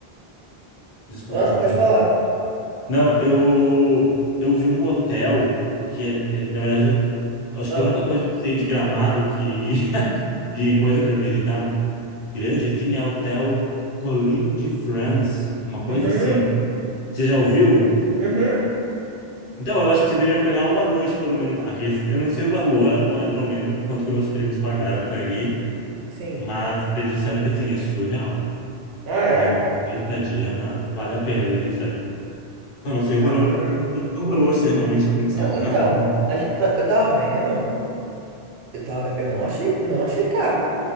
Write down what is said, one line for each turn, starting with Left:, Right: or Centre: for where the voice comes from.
Left: Desculpa
Right: Hã?
Left: te
Right: Pode
Left: interromper.
Right: falar.
Left: Não, eu, eu vi um hotel que, é- é, na verdade, eu- acho
Right: Hã?
Left: que a única coisa que eu sei de Gramado que. <laughs> de coisa para visitar grande assim é Hotel Colline de France. É Uma coisa
Right: Uhum.
Left: assim. Você já ouviu?
Right: Uhum.
Left: Então, eu acho que vocês deveriam pegar uma noite, pelo menos, lá. que Eu não sei o valor agora, não lembro quanto que meus primos pagaram para ir,
Right: Sim.
Left: mas eles disseram que, assim, é surreal.
Right: Ah, é?
Left: Uma noite de estadia, aham, vale a pena, eles disseram. Só não sei o
Right: Ah.
Left: valor, quanto que é o valor, se é realmente é muito
Right: Não,
Left: salgado.
Right: então,
Left: né?
Right: a gente tá- eu tava vendo. Eu tava, eu não achei, não achei caro.